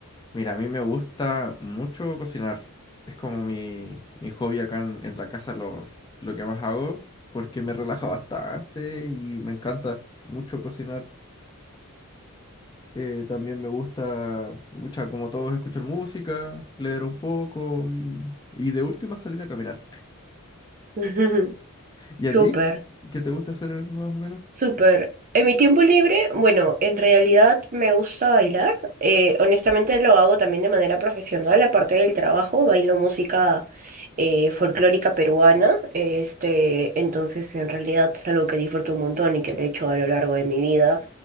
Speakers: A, on the left; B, on the right.
A: Mira, a mí me gusta mucho cocinar. Es como mi, mi hobby acá en, en la casa, lo, lo que más hago, porque me relaja bastante y me encanta mucho cocinar. Eh, también me gusta, mucha, como todos, escuchar música, leer un poco y, y de última salir a caminar.
B: <laughs> Ujú,
A: ¿Y
B: Súper.
A: a ti? ¿Qué te gusta hacer más o menos?
B: Súper. En mi tiempo libre, bueno, en realidad me gusta bailar. Eh, honestamente lo hago también de manera profesional, aparte del trabajo, bailo música eh, folclórica peruana. Este, entonces, en realidad es algo que disfruto un montón y que lo he hecho a lo largo de mi vida.